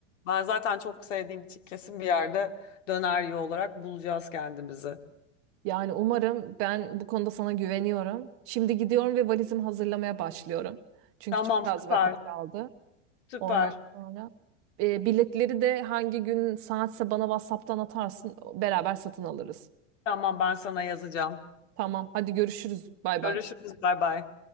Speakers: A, on the left; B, on the right.
A: Ben zaten çok sevdiğim için kesin bir yerde döner yiyor olarak bulacağız kendimizi.
B: Yani umarım ben bu konuda sana güveniyorum. Şimdi gidiyorum ve valizimi hazırlamaya başlıyorum. Çünkü
A: Tamam
B: çok az
A: süper
B: vakit kaldı.
A: süper.
B: Ondan sonra e, biletleri de hangi gün saatse bana WhatsApp'tan atarsın. Beraber satın alırız.
A: Tamam ben sana yazacağım.
B: Tamam. Hadi görüşürüz. Bay
A: Görüşürüz
B: bay.
A: bay bay.